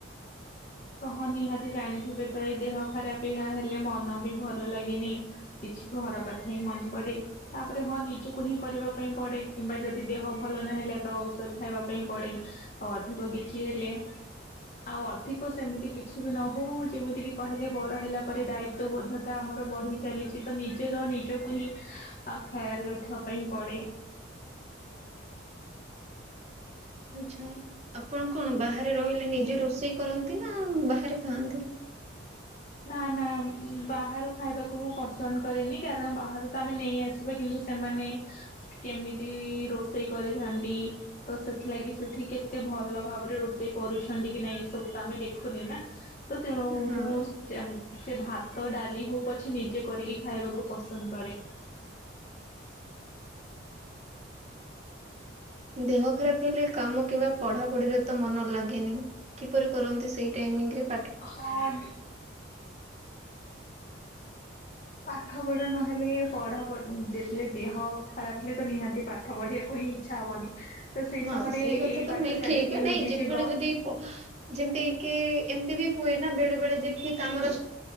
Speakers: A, on the left (about 40°); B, on the right (about 35°).
A: ତହ ନିହାତି ଜାଣିଥିବେ ତ ଏଇ ଦେହ ଖରାପ ଏହା ହେଲେ ମନ ବି ଭଲ ଲାଗେନି କି କି ଘର କଥା ହିଁ ମନେ ପଡେ ତାପରେ ହଁ ନିଜକୁ ହିଁ କରିବା ପାଇଁ ପଡେ କିମ୍ବା ଯଦି ଦେହ ଭଲ ନାହି ହେଲେ ତ ଔଷଧ ଖାଇବା ପାଇଁ ପଡେ ଆଉ ଅଧିକ କିଛି ହେଲେ ଆଉ ଅ ଅଧିକ ସେମିତି କିଛି ବି ନ ହେଉ ଯେମିତିକି କହିଲେ ବଡ଼ ହେଲା ପରେ ଦାୟିତ୍ୱବୋଧତା ଆମର ବଢ଼ି ଚାଲି ଚି ତ ନିଜର ନିଜକୁ ହିଁ ଖୟାଲ ରଖିବା ପାଇଁ ପଡେ।
B: <inaudible> ଆଚ୍ଛା ଆପଣ କଣ ବାହାରେ ରହିଲେ ନିଜ ରୋଷେଇ କରନ୍ତି ନା ବାହାରେ ଖାଆନ୍ତି?
A: ନା ନା ବାହାରୁ ଖାଇବାକୁ ମୁଁ ପସନ୍ଦ କରେନି କାରଣ ବାହାରୁ ତ ଆମେ ନେଇ ଆସିବା କିନ୍ତୁ ସେମାନେ କେମିତି ରୋଷେଇ କରିଥାନ୍ତି ତ ସେଥିଲାଗି ସେଠି କେତେ ଭଲ ଭାବରେ ରୋଷେଇ କରୁଛନ୍ତି କି ନାଇଁ ଏସବୁ ତ ଆମେ ଦେଖୁନି ନା ତ ତେଣୁ
B: ହଁ
A: ମୁଁ ସେ ଭାତ ଡାଲି ହଉ ପଛେ ନିଜେ କରିକି ଖାଇବାକୁ ପସନ୍ଦ କରେ।
B: <inaudible> ଦେହ ଖରାପ ହେଲେ କାମ କିମ୍ବା ପଢାପଢିରେ ତ ମନ ଲାଗେନି କିପରି କରନ୍ତି ସେଇ ଟାଇମିଙ୍ଗ ରେ।
A: ହଁ। ପାଠ ପଢ ନହେଲେ ପଢା ଯେତେଳେ ଦେହ ଖରାପ ହେଲେ ତ ନିହାତି ପାଠ ପଢିବାକୁ ଇଚ୍ଛା ହବନି। ତ ସେଇ
B: ହଁ
A: ସମୟରେ
B: ସେଇ କଥା
A: ଏଇ
B: ତ
A: ପାଠ
B: -ନାଇଁ
A: ଛାଡିକି
B: ଠିକ ନାଇଁ
A: ମୁଁ କିଛି
B: ଯେତେବେଳେ ଯଦି ଅ ଯେମିତି କି ଏମିତି ବି ହୁଏ ନା ବେଳେ ବେଳେ ଯେ ଠିକ୍ ଆମର